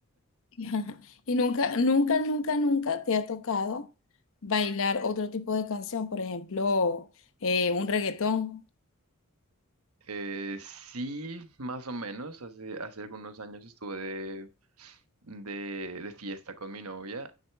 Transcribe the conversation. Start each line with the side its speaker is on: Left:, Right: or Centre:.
Left: <laughs> Ajá. Y nunca, nunca, nunca, nunca te ha tocado bailar otro tipo de canción, por ejemplo, eh, un reggaetón.
Right: Eh, sí, más o menos. Hace, hace algunos años estuve de, de, de fiesta con mi novia